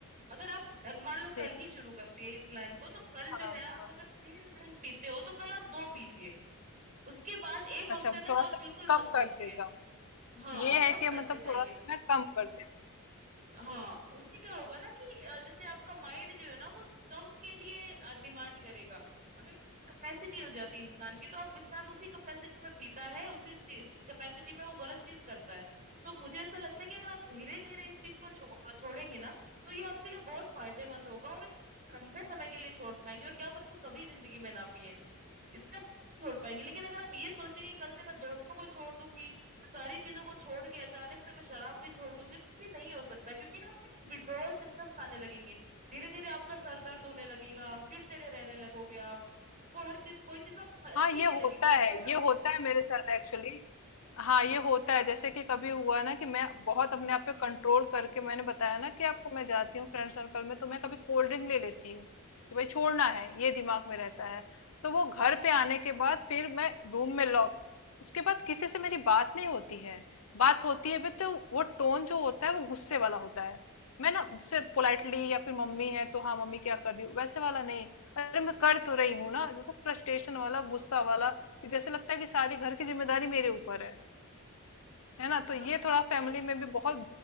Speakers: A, on the right; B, on the left.
A: अगर आप लग- मान लो
B: ठीक
A: कल ही
B: है
A: शुरू करती है इस प्लान को तो कल
B: हाँ
A: जो है आप
B: हाँ
A: अगर तीन ड्रिंक पीते हो तो कल आप दो पीजिए उसके बाद एक
B: अच्छा
A: हफ्ते
B: थोड़ा
A: तक आप
B: सा
A: बिल्कुल
B: कम
A: मत सोचिए
B: करते जाऊं
A: हाँ
B: ये है
A: कम
B: कि
A: करते
B: मतलब
A: जाइए
B: थोड़ा सा मैं कम करते
A: हाँ उससे क्या होगा ना कि अ, जैसे आपका माइंड जो है ना वो कम के लिए डिमांड करेगा अगर कैपेसिटी हो जाती है इंसान की तो आप इंसान उसी कैपेसिटी में पीता है उसी कैपेसिटी में वो गलत चीज करता है तो मुझे ऐसा लगता है कि अगर आप धीरे धीरे इस चीज को छो, छोड़ेंगे ना तो ये आपके लिए बहुत फायदेमंद होगा और इसको सिर्फ लंबे समय के लिए छोड़ पाएंगे और क्या पता कभी जिंदगी में ना पिए इतना नहीं छोड़ पाएंगे लेकिन अगर आप ये सोचेंगे कल से मैं दोस्तों को छोड़ दूंगी मैं सारी चीजों को छोड़ के अचानक से मैं शराब भी छोड़ दूंगी तो ये नहीं हो सकता क्योंकि ना उसमें कुछ विड्रोवल सिम्टम्स आने लगेंगे धीरे धीरे आपका सर दर्द होने लगेगा चिड़चिड़े रहने लगोगे आप को हर चीज कोई चीज आप अच्छी
B: हाँ ये
A: नहीं
B: होता
A: लगेगी आपको
B: है
A: ऐसा
B: ये होता है मेरे साथ एक्चुअली हाँ ये होता
A: हाँ
B: है जैसे कि कभी हुआ ना कि मैं बहुत अपने आप पे कंट्रोल करके मैंने बताया ना कि आपको मैं जाती हूँ फ्रेंड सर्कल में तो मैं कभी कोल्ड ड्रिंक ले लेती हूँ कि भाई छोड़ना है ये दिमाग में रहता है तो वो घर पे आने के बाद फिर मैं रूम में लॉक उसके बाद किसी से मेरी बात नहीं होती है बात होती है भी तो वो टोन जो होता है वो गुस्से वाला होता है मैं ना जैसे पोलाइटली या फिर मम्मी है तो हाँ मम्मी क्या कर रही हूँ वैसे वाला नहीं अरे मैं कर तो रही हूँ ना तो फ्रस्ट्रेशन वाला गुस्सा वाला कि जैसे लगता है कि सारी घर की जिम्मेदारी मेरे ऊपर है है ना तो ये
A: हाँ हाँ बिल्कुल
B: थोड़ा फैमिली
A: ऐसा
B: में
A: तो
B: भी
A: होता
B: बहुत
A: ही